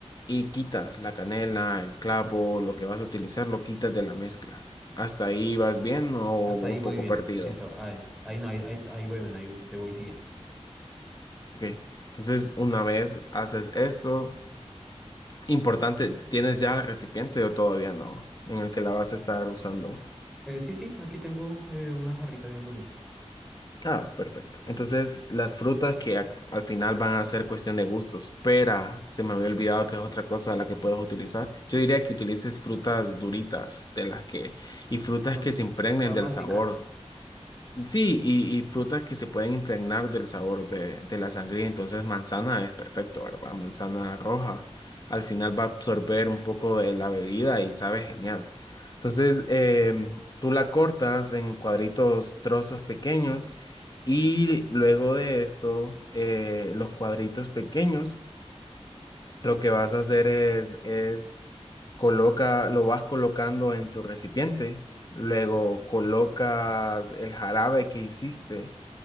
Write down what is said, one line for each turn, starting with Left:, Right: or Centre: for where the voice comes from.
Left: y quitas la canela, el clavo, lo que vas a utilizar, lo quitas de la mezcla. ¿Hasta ahí vas bien o
Centre: Hasta
Left: un
Centre: ahí voy
Left: poco
Centre: bien,
Left: perdido?
Centre: listo. Ahí, ahí no, ahí, ahí, ahí voy bien, ahí te voy siguiendo.
Left: Ok, entonces una vez haces esto, importante, ¿tienes ya el recipiente o todavía no? En el que la vas a estar usando.
Centre: Eh, sí, sí, aquí tengo eh, una jarrita bien bonita.
Left: Ah, perfecto. Entonces, las frutas que a- al final van a ser cuestión de gustos. Pera, se me había olvidado que es otra cosa de la que puedes utilizar. Yo diría que utilices frutas duritas de las que y frutas
Centre: Uno
Left: que se impregnen
Centre: para masticar,
Left: del sabor. Sí, y, y frutas que se pueden impregnar del sabor de, de la sangría. Entonces, manzana es perfecto, ¿verdad? Manzana roja. Al final va a absorber un poco de la bebida y sabe genial. Entonces, eh, tú la cortas en cuadritos, trozos pequeños. Y luego de esto, eh, los cuadritos pequeños, lo que vas a hacer es, es coloca, lo vas colocando en tu recipiente. Luego colocas el jarabe que hiciste